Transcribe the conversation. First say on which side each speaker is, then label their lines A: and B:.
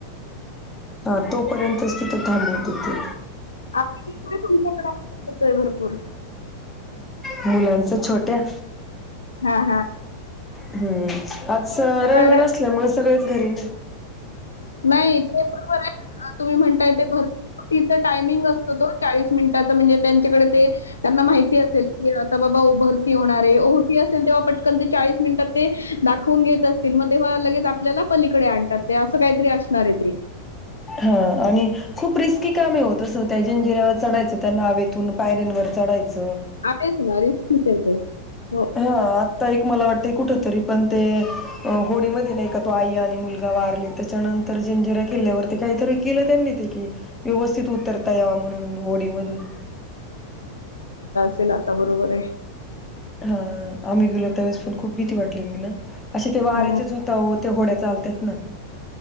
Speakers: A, on the left; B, on the left.
A: हा तोपर्यंतच तिथे थांबून देते
B: तुमच्याकडे येतोय भरपूर
A: मुलांच छोट्या
B: हा हा
A: हम्म आज रविवार
B: तर
A: असल्यामुळे सगळे घरी
B: नाही ते बरोबर आहे तुम्ही म्हणताय ते भरुतीच टायमिंग असत तो चाळीस मिनिटाचा म्हणजे त्यांच्याकडे ते त्यांना माहिती असेल की आता बाबा भरती होणार आहे ओहोटी असेल पटकण ते चाळीस मिनटात ते दाखवून घेत असतील मग तेव्हा लगेच आपल्याला पलीकडे आणतात असं काहीतरी असणार आहे ते.
A: हा आणि खूप रिस्क की कामे हो ते अस त्या जंजिरा्यावर चढायचं त्या नावेतून पायऱ्यांवर चढायचं
B: हा तेच ना रिस्कीच आहे ते हो.
A: हा आता एक मला वाटत कुठ तरी पण ते होडीमध्ये नाही का तो आई आणि मुलगा वारले त्याच्यानंतर जंजिरा किल्ल्यावरती काहीतरी केलं त्यांनी ते क व्यवस्थित उतरता यावा म्हणून होडी मधून
B: असल आता बरोबर आहे
A: हा आम्ही गेलो त्यावेेळेस पण खूप भीती वाटलेली ना असे ते वाऱ्याचेच
B: हां.
A: झोतावर ते होड्या चालतात ना